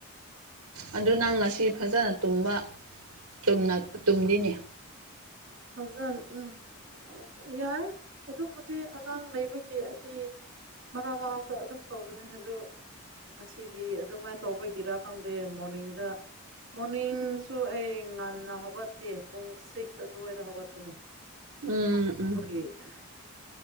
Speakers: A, on the right; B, on the right.
A: ꯑꯗꯨ ꯅꯪ ꯉꯁꯤ ꯐꯖꯅ ꯇꯨꯝꯕ ꯆꯨꯝꯅ ꯇꯨꯝꯂꯤꯅꯦ
B: ꯐꯖꯅ ꯎꯝ ꯑ ꯌꯥꯏ ꯑꯗꯨꯕꯨꯗꯤ ꯑꯉꯥꯡ ꯂꯩꯕꯒꯤ <unintelligible> ꯃꯔꯛ ꯃꯔꯛꯇ ꯑꯗꯨꯝ ꯇꯧꯕꯅꯦ ꯑꯗꯨ ꯉꯁꯤꯗꯤ ꯑꯗꯨꯃꯥꯏ ꯇꯧꯕꯒꯤꯔ ꯈꯪꯗꯦ ꯃꯣꯔꯅꯤꯡꯗ ꯃꯣꯔꯅꯤꯡꯁꯨ ꯑꯩ ꯉꯟꯅ ꯍꯧꯒꯠꯇꯦ ꯄꯨꯡ ꯁꯤꯛꯁ ꯑꯗꯨꯋꯥꯏꯗ ꯍꯧꯒꯠꯄꯅꯦ
A: ꯎꯝ ꯎꯝ
B: <unintelligible>